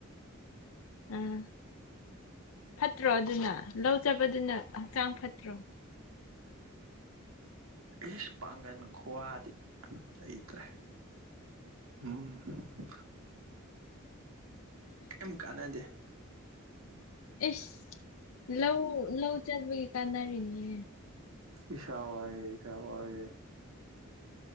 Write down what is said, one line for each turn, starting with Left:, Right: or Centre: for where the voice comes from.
Left: ꯑꯥ ꯐꯠꯇ꯭ꯔꯣ ꯑꯗꯨꯅ ꯂꯧ ꯆꯠꯄꯗꯨꯅ ꯍꯛꯆꯥꯡ ꯐꯠꯇ꯭ꯔꯣ
Right: ꯏꯁ ꯄꯥꯡꯒꯟ ꯈꯨꯋꯥꯗꯤ ꯂꯩꯇ꯭ꯔꯦ ꯑꯝ ꯀꯩꯝ ꯀꯥꯅꯗꯦ
Left: ꯏꯁ ꯂꯧ ꯂꯧ ꯆꯥꯠꯄꯒꯤ ꯀꯥꯟꯅꯔꯤꯅꯤꯅꯦ
Right: ꯏꯁꯥ ꯋꯥꯏꯌꯦ ꯏꯁꯥ ꯋꯥꯏꯌꯦ